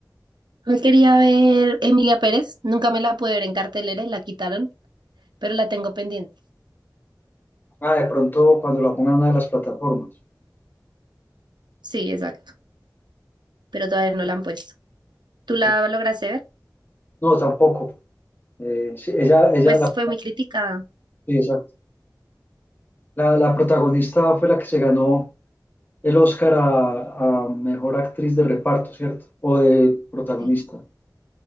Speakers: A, on the right; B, on the left.
A: Me quería ver Emilia Pérez, nunca me la pude ver en cartelera y la quitaron, pero la tengo pendiente.
B: Ah, de pronto cuando la pongan en una de las plataformas.
A: Sí, exacto, pero todavía no la han puesto. ¿Tú
B: Ok.
A: la lograste ver?
B: No, tampoco. Eh, sí, ella, ella
A: Pues
B: la,
A: fue muy criticada.
B: sí, esa- La, la protagonista fue la que se ganó el Oscar a, a mejor actriz de reparto, ¿cierto? O de protagonista.
A: Sí,